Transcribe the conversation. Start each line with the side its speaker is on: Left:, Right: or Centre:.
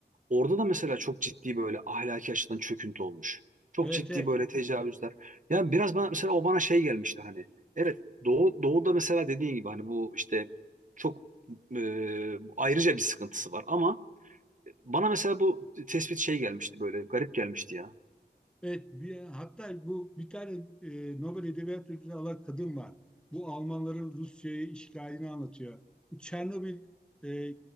Right: Orada da mesela çok ciddi böyle ahlaki açıdan çöküntü olmuş. Çok
Centre: Evet,
Right: ciddi
Centre: evet.
Right: böyle tecavüzler. Yani biraz bana mesela o bana şey gelmişti hani. Evet Doğu, Doğu'da mesela dediğin gibi hani bu işte çok e, ayrıca bir sıkıntısı var ama bana mesela bu tespit şey gelmişti böyle garip gelmişti ya.
Centre: Evet, bir, hatta bu bir tane e, Nobel Edebiyat Ödülü alan kadın var. Bu Almanların Rusya'ya işgalini anlatıyor. Bu Çernobil e,